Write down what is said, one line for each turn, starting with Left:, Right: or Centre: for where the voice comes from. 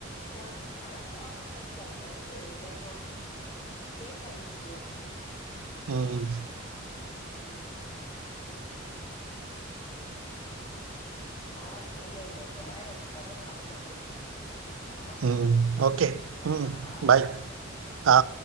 Left: போல அதான் ப்ராப்ளம் ஆயிடுச்சுல அதுக்கு அடுத்து எங்க கோர்ட் கேஸ் ஆயிடுச்சு
Right: ம்
Left: உம் கால் முடிய ரொம்ப நேரம் ஆயிடுச்சு பதினொன்னு நாற்பத்த ஒன்பது ஐம்பத்து ஒண்ணு
Right: ம். ஓகே.
Left: கட்
Right: ம்.
Left: பண்ணவா
Right: பாய்.
Left: கட் பண்றேன்
Right: ஆ.